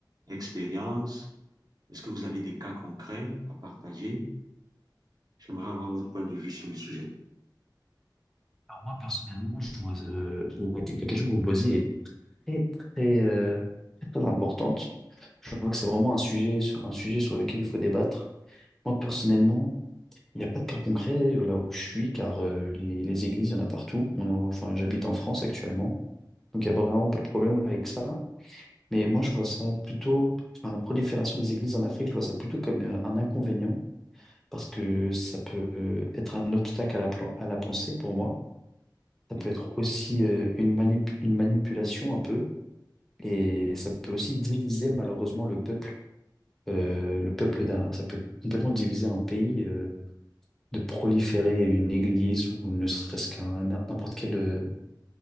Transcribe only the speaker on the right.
expérience? Est-ce que vous avez des cas concrets à partager? J'aimerais avoir votre point de vue sur le sujet.
Hein?